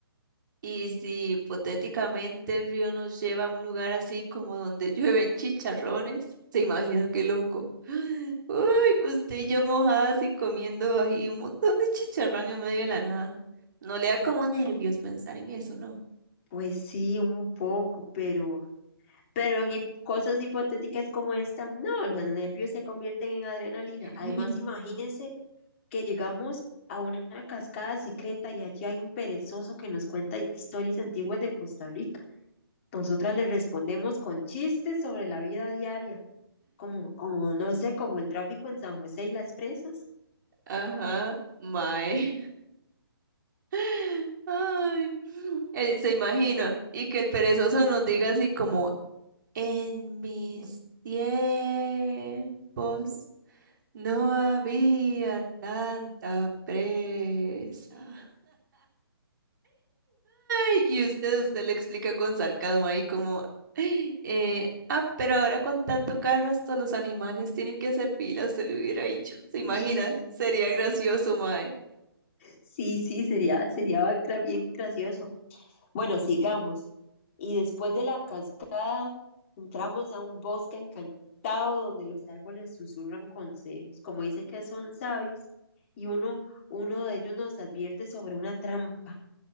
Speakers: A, on the right (about 50°); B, on the left (about 30°).
A: Y si hipotéticamente el río nos lleva a un lugar así como donde <laughs> llueven chicharrones, se imagina qué loco. <gasps> Uy, usted y yo mojadas y comiendo ahí un montón de chicharrón en medio de la nada. No le da como nervios pensar en eso, ¿no?
B: Pues sí, un poco, pero, pero en hip- cosas hipotéticas como esta, no, los nervios se convierten en adrenalina.
A: <laughs>
B: Además, imagínense que llegamos a una cascada secreta y allí hay un perezoso que nos cuenta historias antiguas de Costa Rica. Nosotras le respondemos con chistes sobre la vida diaria. como, como, no sé, como el tráfico en San José y las presas.
A: Ajá, mae. <laughs> Ay, <sniffs> él se imagina. Y que el perezoso nos diga así como, en mis tiempos. No había tanta presa. Ay, y usted, usted le explica con sarcasmo ahí como, "Ay, eh, ah, pero ahora con tanto carro hasta los animales tienen que hacer fila, usted le hubiera dicho, ¿se imagina?
B: Sí, sí,
A: Sería gracioso, mae.
B: sí, sí, sería, sería gra- bien gracioso. Bueno, sigamos. Y después de la cascada, entramos a un bosque encantado donde los árboles susurran consejos, como dicen que son sabios, y uno, uno de ellos nos advierte sobre una trampa,